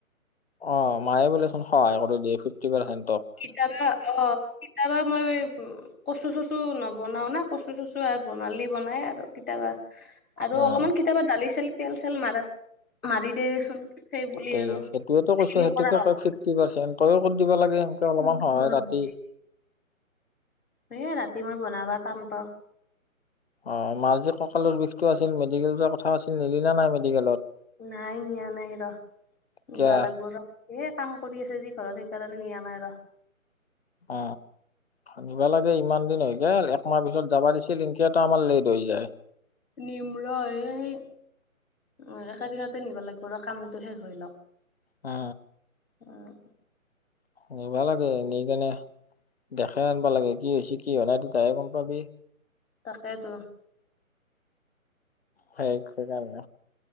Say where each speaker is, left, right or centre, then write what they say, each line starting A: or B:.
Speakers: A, on the left (about 45°); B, on the left (about 75°).
A: অ মায়ে বোলেচোন সহায় কৰি দিয়ে ফিফটি পাৰ্চেণ্ট
B: কিতাবা অ, কেতিয়াবা মই উ কচু চচু নবনাও না কচু চচু আৰু বনালি বনাই আৰু কেতিয়াবা আৰু
A: উম
B: অলপমান কেতিয়াবা দালি চালি তেল চেল মাৰাত মাৰি দে দেচোন সেইব
A: তে
B: আৰু
A: সেইটোৱেতো
B: গোটেইখিনি
A: কৈছো সেইটোকে
B: কৰা হয়।
A: কয় ফিফটি পাৰ্চেন্ট তইয়ো কৰি দিবা লাগে সেনকে অলপমান
B: উম
A: সহায় ৰাতি
B: নেকি? এ ৰাতি মই বনাবা টান পাও
A: অ মাৰ্জি কঁকালৰ বিষটো আছিল মেডিকেল কথা আছিল নিলি না নাই মেডিকেলত
B: নাই নিয়া নাই ৰ
A: কিয়া
B: নিবা লাগিব ৰ এ কাম কৰি আছে যি ঘৰত নিয়মাইত
A: অ নিবা লাগে ইমান দিন হৈ গ একমাহ পিছত যাবা দিছিল এনকিয়াতো আমাৰ লেট হৈ যায়।
B: নিম্ৰ এই অ একে দিনতে নিব লাগিব আৰু কামটো শেষ হৈ লওক
A: অ
B: অঁ
A: নি ভাল আাগ নি কেনে? দেখে আনবা লাগে কি হৈছে কি হোৱা নাই তই তাহে গম পাবি
B: তাকেটো
A: সেই একছে গাল ন